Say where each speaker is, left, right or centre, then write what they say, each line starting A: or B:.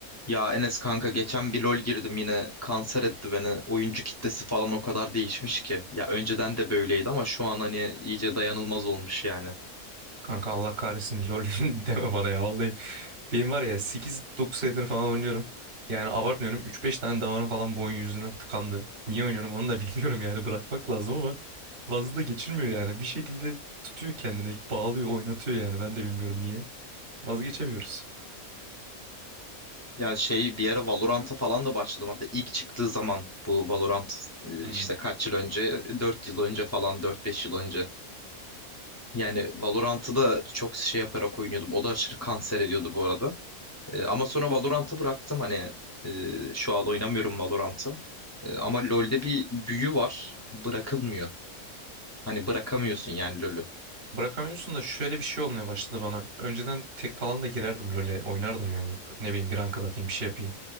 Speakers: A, on the left (about 25°); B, on the right (about 45°).
A: Ya Enes kanka geçen bir LoL girdim yine kanser etti beni. Oyuncu kitlesi falan o kadar değişmiş ki. Ya önceden de böyleydi ama şu an hani iyice dayanılmaz olmuş yani.
B: Kanka Allah kahretsin lol <laughs> deme bana ya vallahi. Benim var ya sekiz dokuz senedir falan oynuyorum. Yani abartmıyorum üç beş tane damarım falan bu oyun yüzünden tıkandı. Niye oynuyorum onu da <laughs> bilmiyorum yani bırakmak lazım ama vazı da geçilmiyor yani. Bir şekilde tutuyor kendine bağlıyor oynatıyor yani ben de bilmiyorum niye. Vazgeçemiyoruz.
A: Ya şey bir ara Valorant'a falan da başladım. Hatta ilk çıktığı zaman bu Valorant e,
B: Hmm.
A: işte kaç yıl önce? dört yıl önce falan dört beş yıl önce. Yani Valorant'ı da çok şey yaparak oynuyordum. O da aşırı kanser ediyordu bu arada. E, Ama sonra Valorant'ı bıraktım hani e, şu an oynamıyorum Valorant'ı. E, Ama LoL'de bir büyü var. Bırakılmıyor. Hani bırakamıyorsun yani LoL'ü.
B: Bırakamıyorsun da şöyle bir şey olmaya başladı bana. Önceden tek falan da girerdim LoL'e oynardım yani. Ne bileyim bir rank atayım bir şey yapayım.